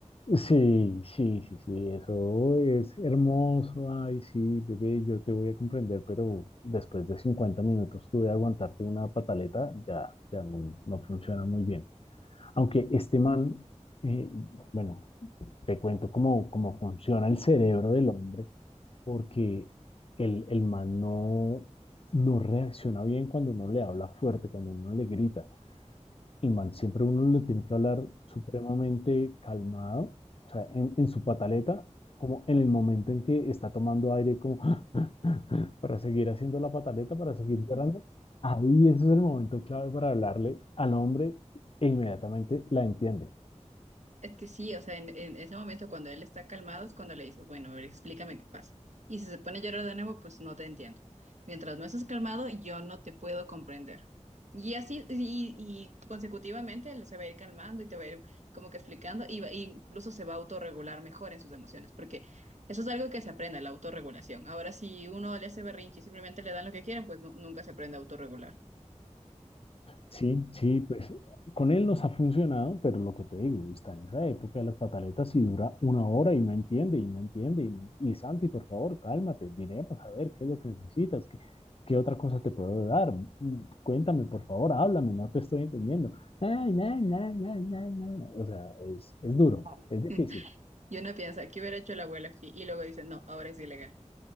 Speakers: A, on the left (about 50°); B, on the right (about 70°).
A: sí, sí, sí, sí, eso es hermoso. Ay, sí, bebé, yo te voy a comprender, pero después de 50 minutos tú de aguantarte una pataleta, ya, ya no, no funciona muy bien. Aunque este man, eh, bueno, te cuento cómo, cómo funciona el cerebro del hombre, porque el, el man no, no reacciona bien cuando uno le habla fuerte, cuando uno le grita. Y man, siempre uno lo tiene que hablar supremamente calmado, o sea, en, en su pataleta, como en el momento en que está tomando aire, como <laughs> para seguir haciendo la pataleta, para seguir llorando. Ahí ese es el momento clave para hablarle al hombre e inmediatamente la entiende.
B: Es que sí, o sea, en, en ese momento cuando él está calmado es cuando le dices, bueno, a ver, explícame qué pasa. Y si se pone a llorar de nuevo, pues no te entiendo. Mientras no estés calmado, yo no te puedo comprender. Y así, y, y consecutivamente él se va a ir calmando y te va a ir como que explicando, y va- e incluso se va a autorregular mejor en sus emociones, porque eso es algo que se aprende, la autorregulación. Ahora, si uno le hace berrinche y simplemente le dan lo que quieren, pues nu- nunca se aprende a autorregular.
A: Sí, sí, pues con él nos ha funcionado, pero lo que te digo, está en esa época de las pataletas y dura una hora y no entiende y no entiende. Y, y Santi, por favor, cálmate, miremos a ver qué es lo que necesitas, qué, qué otra cosa te puedo dar. Mm, Cuéntame, por favor, háblame, no te estoy entendiendo. Ah, na, na, na, na, na. O sea, es, es duro,
B: <laughs>
A: es difícil.
B: Y uno piensa, ¿qué hubiera hecho la abuela aquí? Y luego dice, no, ahora es ilegal.